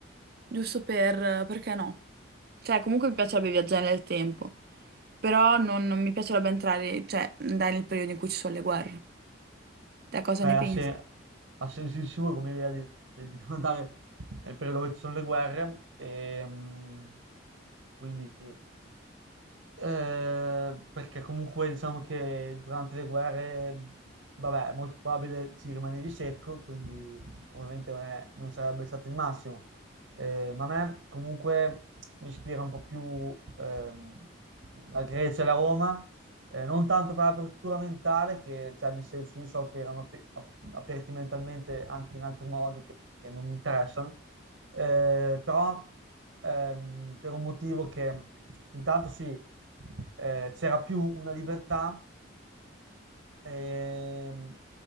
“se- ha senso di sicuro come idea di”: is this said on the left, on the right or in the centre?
Right